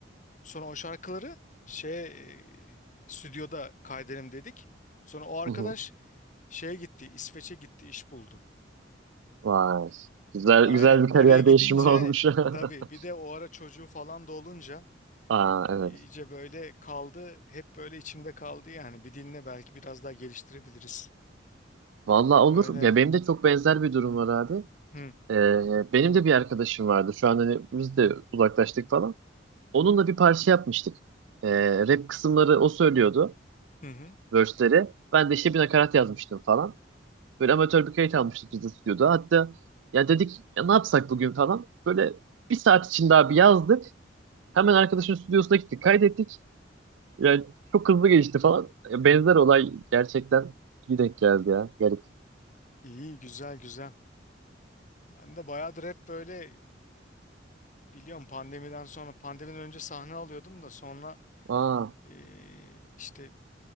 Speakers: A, on the left; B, on the right.
A: sonra o şarkıları şey e, stüdyoda kaydedelim dedik. Sonra o arkadaş
B: Hı hı.
A: şeye gitti, İsveç'e gitti, iş buldu.
B: Vay. Güzel
A: Aynen.
B: güzel
A: Oraya
B: bir kariyer
A: gidince
B: değişimi olmuş.
A: tabii
B: <laughs>
A: bir de o ara çocuğu falan da olunca
B: Aa, evet.
A: iyice böyle kaldı. Hep böyle içimde kaldı yani. Bir diline belki biraz daha geliştirebiliriz.
B: Vallahi olur.
A: Öyle yani.
B: Ya benim de çok benzer bir durum var abi.
A: Hı
B: Ee, benim de bir arkadaşım vardı. Şu an hani biz de uzaklaştık falan. Onunla bir parça yapmıştık. Ee, rap kısımları o söylüyordu.
A: hı. hı.
B: Verse'leri. Ben de işte bir nakarat yazmıştım falan. Böyle amatör bir kayıt almıştık biz de stüdyoda. Hatta ya dedik ya ne yapsak bugün falan. Böyle bir saat içinde abi yazdık. Hemen arkadaşın stüdyosuna gittik, kaydettik. Yani çok hızlı gelişti falan. Ya Benzer olay gerçekten iyi denk geldi ya. Garip.
A: İyi güzel güzel. Ben de bayağıdır hep böyle biliyorum pandemiden sonra pandemiden önce sahne alıyordum da sonra
B: Aa.
A: e, işte